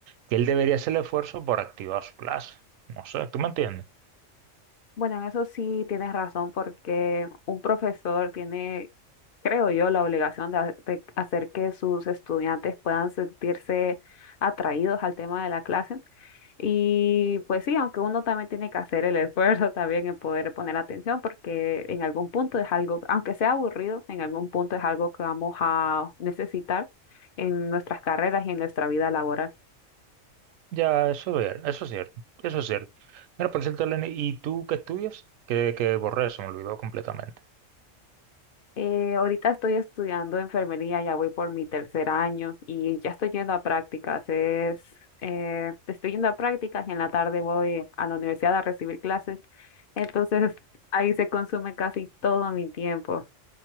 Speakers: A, on the right (about 85°); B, on the left (about 55°).
A: que él debería hacer el esfuerzo por activar su clase. No sé, ¿tú me entiendes?
B: Bueno, en eso sí tienes razón, porque un profesor tiene, creo yo, la obligación de, ha- de hacer que sus estudiantes puedan sentirse atraídos al tema de la clase. Y pues sí, aunque uno también tiene que hacer el <laughs> esfuerzo también en poder poner atención, porque en algún punto es algo, aunque sea aburrido, en algún punto es algo que vamos a necesitar en nuestras carreras y en nuestra vida laboral.
A: Ya, eso es, eso es cierto, eso es cierto. Mira, por cierto, Lenny, ¿y tú qué estudias? Que, que borré, se me olvidó completamente.
B: Eh, ahorita estoy estudiando enfermería, ya voy por mi tercer año y ya estoy yendo a prácticas. Es, eh, estoy yendo a prácticas y en la tarde voy a la universidad a recibir clases. Entonces ahí se consume casi todo mi tiempo.